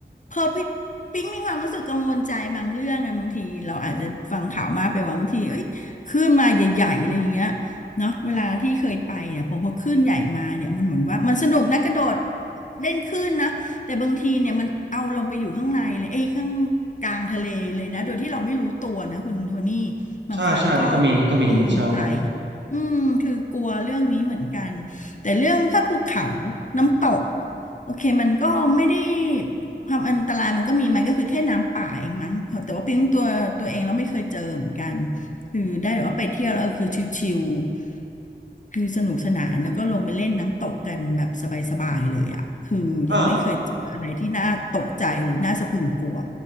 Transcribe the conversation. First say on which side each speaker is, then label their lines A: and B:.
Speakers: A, on the left (about 45°); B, on the right (about 75°).
A: เพอปิ๊งปิ๊งมีความรู้สึกกังวลใจบางเรื่องอะบางทีเราอาจจะฟังข่าวมากไปว่าบางทีเอ้ยคลื่นมาใหญ่ๆอะไรอย่างเงี้ยเนาะเวลาที่เคยไปเนี่ยพอพอคลื่นใหญ่มาเนี่ยมันเหมือนว่ามันสนุกนะกระโดดเล่นคลื่นนะ แต่บางทีเนี่ยมันเอาลงไปอยู่ข้างในเลยเอ้ยข้างกลางทะเลเลยนะโดยที่เราไม่รู้ตัวนะคุณโทนี่บางครั้งก็
B: ใช่ใช่นี่ก็มีก็มีใช่
A: กังวลใจอืมคือกลัวเรื่องนี้เหมือนกันแต่เรื่องภาพภูเขาน้ำตกโอเคมันก็ไม่ได้ความอันตรายมันก็มีมันก็คือแค่น้ำป่าเองมั้งแต่ว่าเพียงตัวตัวเองเราไม่เคยเจอเหมือนกัน คือได้แบบว่าไปเที่ยวแล้วเออคือชิลๆคือสนุกสนานแล้วก็ลงไปเล่นน้ำตกกันแบบสบายๆเลยอ่ะคือยังไม่เคยเจออะไรที่น่าตกใจหรือน่าสะพรึงกลัว
B: อ่า